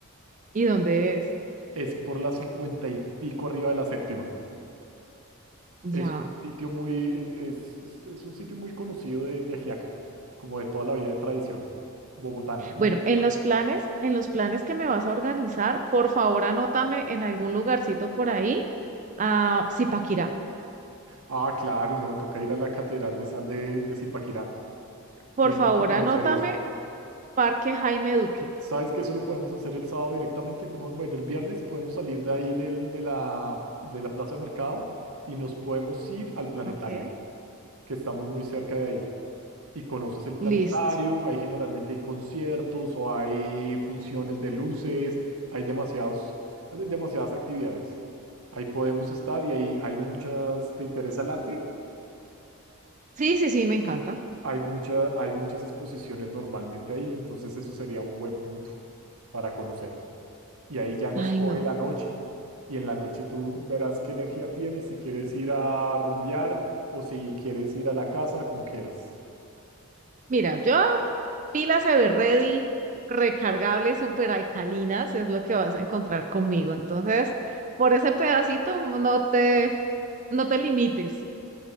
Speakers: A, on the right; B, on the right.
A: ¿Y dónde es?
B: Es por la cincuenta y pico arriba de la séptima.
A: Ya.
B: Es un sitio muy, e- es, es- es un sitio muy conocido de, de ajiaco, como de toda la vida de tradición bogotana, muy
A: Bueno,
B: rico.
A: en los planes, en los planes que me vas a organizar, por favor anótame en algún lugarcito por ahí a Zipaquirá.
B: Ah, claro, no, toca ir a la Catedral de Sal de, de Zipaquirá.
A: Por
B: Tienes
A: favor
B: que conocer
A: anótame
B: eso.
A: Parque Jaime Duque.
B: ¿Sabes que eso lo podemos hacer el sábado directamente? Como, bueno, el viernes podemos salir de ahí del, de la, de la plaza de mercado y nos podemos ir al planetario,
A: Ok.
B: que estamos muy cerca de ahí. Y conoces el planetario,
A: Listo.
B: ahí generalmente hay conciertos o hay funciones de luces, hay demasiados, hay demasiadas actividades. Ahí podemos estar y ahí hay muchas, ¿te interesa el arte?
A: Sí, sí, sí, me encanta.
B: Hay mucha, hay muchas exposiciones normalmente ahí, entonces eso sería un buen punto para conocer. y ahí ya nos
A: Ay,
B: coge
A: no.
B: la noche y en la noche tú verás qué energía tienes, si quieres ir a rumbear o si quieres ir a la casa, como quieras.
A: Mira, yo pilas Everready, recargables, super alcalinas, es lo que vas a encontrar conmigo. Entonces, por ese pedacito no te, no te limites.